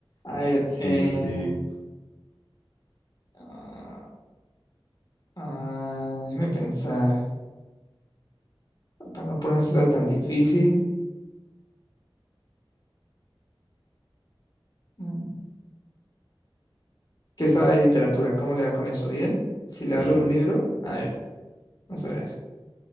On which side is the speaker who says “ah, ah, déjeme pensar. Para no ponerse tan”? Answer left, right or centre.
Left